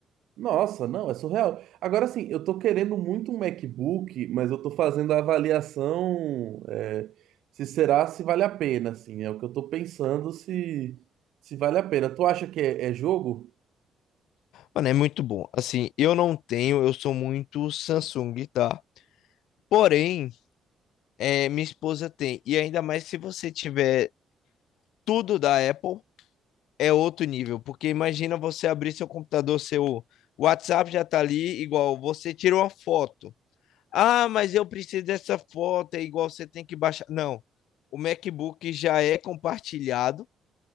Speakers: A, on the right; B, on the left.
A: nossa, não, é surreal. Agora sim, eu tô querendo muito um MacBook, mas eu tô fazendo a avaliação, é, se será, se vale a pena, assim. É o que eu tô pensando se, se vale a pena. Tu acha que é, é jogo?
B: Mano, é muito bom. Assim, eu não tenho, eu sou muito Samsung, tá? Porém, é, minha esposa tem. E ainda mais se você tiver tudo da Apple, é outro nível. Porque imagina você abrir seu computador, seu WhatsApp já tá ali, igual você tira uma foto. Ah, mas eu preciso dessa foto, é igual você tem que baixar. Não, o MacBook já é compartilhado